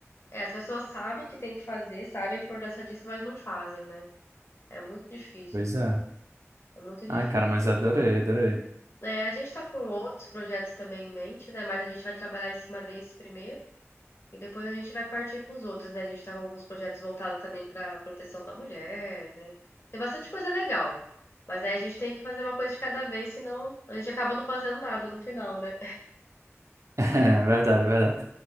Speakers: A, on the left (about 55°); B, on the right (about 80°).
A: É, as pessoas sabem que tem que fazer, sabem a importância disso, mas não fazem, né? É muito difícil,
B: Pois é.
A: é muito difícil.
B: Ai, cara, mas adorei, adorei.
A: É, a gente está com outros projetos também em mente, né? Mas a gente vai trabalhar em cima desse primeiro e depois a gente vai partir para os outros, né? A gente está com alguns projetos voltados também para a proteção da mulher, né? Tem bastante coisa legal, mas aí a gente tem que fazer uma coisa de cada vez, senão a gente acaba não fazendo nada no final, né?
B: É verdade, verdade.